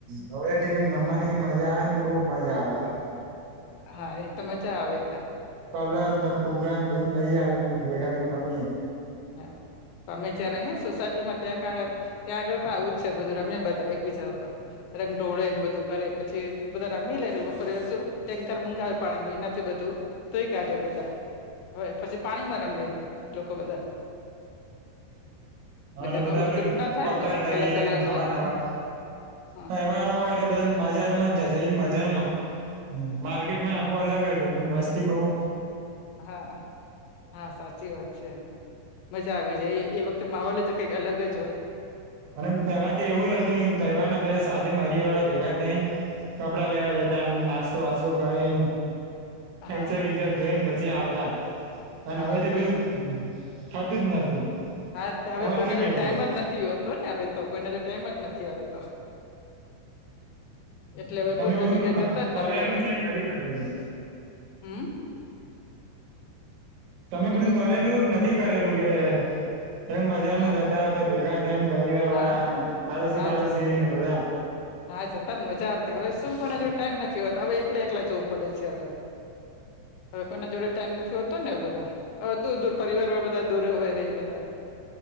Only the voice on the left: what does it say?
હા એ તો મજા આવેટ
હા અમે જ્યાં રહીએ સોસાયટીમાં ત્યાં કારણે ત્યાં આગળ પણ આવું જ છે બધું રમે બધા એક બીજા ઉપર રંગ ઢોળેને બધું કરે પછી બધા રમી લે એટલે બપોરે શું ટેન્કર મંગાવે પાણીનું એનાથી બધું ધોઈ કાઢે બધા હવે પછી પાણીમાં રમે લોકો બધા
ને ઘરમાં
બધું
પેલું ના થાય
ને કલર
કલર
એટલે
હા
હા હા સાચી વાત છે મજા આવી જાય એ વખતે માહોલ જ કંઈક અલગ જ હોય
હા
હા
એ
હા
હવે કોઈના
જોડે
ટાઈમ
જ નથી હોતો ને હવે તો કોઈને જો ટાઈમ જ નથી આવે તો એટલે હવે
કોઈ બધા
ભેગા જતા જ
નથી હવે
હમ
હેલો
હા
હા
હા
જ
હા, જતા ને મજા આવતી હવે શું કોઈના જોડે ટાઈમ નથી હોતો હવે એકલા એકલા જવું પડે છે, હવે હવે કોઈના જોડે ટાઈમ નથી, હોતો ને બધા હવે દૂર દૂર પરિવારમાં બધા દૂર હવે ર એ બધા